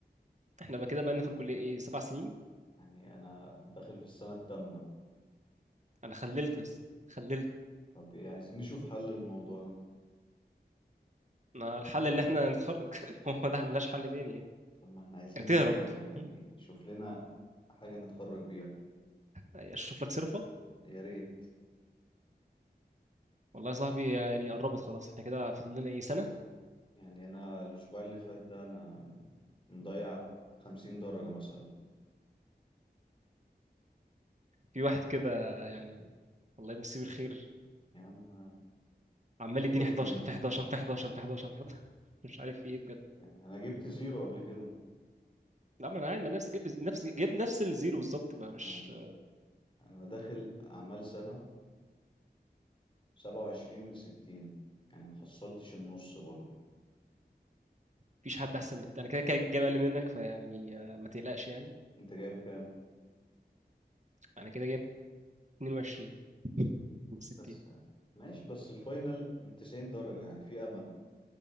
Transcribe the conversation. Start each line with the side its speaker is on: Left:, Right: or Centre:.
Right: احنا بقى كده بقالنا في الكليه ايه سبع سنين
Left: يعني انا داخل في السنة التامنة
Right: انا خللت بس خللت
Left: طب ايه عايزين نشوف حل للموضوع ده
Right: ما الحل ان احنا نتخرج <laughs> هو ده ملهاش حل تاني يعني
Left: طب ما احنا عايزين
Right: يا تهرب
Left: نتخرج يعني
Right: م?
Left: شوف لنا حاجة نتخرج بيها
Right: اشوف لك صرفه
Left: يا ريت
Right: والله يا صاحبي يعني قربت خلاص احنا كده فاضل لنا ايه سنه
Left: يعني انا الاسبوع اللي فات ده انا مضيع خمسين درجة مثلا
Right: في واحد كده يعني الله يمسيه بالخير
Left: يا عم
Right: عمال
Left: سيبك
Right: يديني 11
Left: منه
Right: في 11 في 11 في 11 في 11 <laughs> مش عارف في ايه بجد
Left: يعني انا جبت زيرو قبل كده
Right: لا ما انا عادي ما نفسي جايب نفسي جايب نفس الزيرو بالظبط ما مش
Left: يعني انا داخل اعمال سنة سبعة وعشرين من ستين يعني محصلتش النص برضو
Right: مفيش حد احسن من التاني كده كده جايب اقل منك فيعني آه، ما تقلقش يعني
Left: انت جايب كام
Right: انا كده جايب 22 من 60
Left: بس ماشي بس الفاينل من تسعين درجة يعني في أمل